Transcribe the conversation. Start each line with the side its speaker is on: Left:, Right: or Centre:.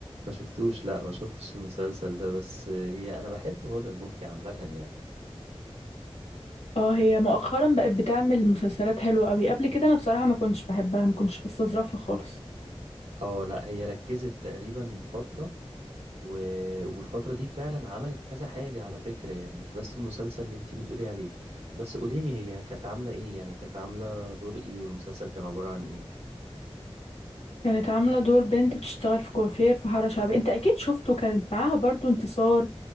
Right: ما شفتوش لا ما شفتش المسلسل ده بس هي انا بحب هدى المفتي عامة يعني
Left: اه هي مؤخرا بقت بتعمل مسلسلات حلوة قوي قبل كده انا بصراحة ما كنتش بحبها ما كنتش بستظرفها خالص
Right: اه لا هي ركزت تقريبا فترة و... والفترة دي فعلا عملت كذا حاجة على فكرة يعني مش بس المسلسل اللي انتي بتقولي عليه بس قوليلي هي كانت عاملة ايه يعني كانت عاملة دور ايه والمسلسل كان عبارة عن ايه
Left: كانت عاملة دور بنت بتشتغل في كوافير في حارة شعبية انت اكيد شفته كانت معاها برضو انتصار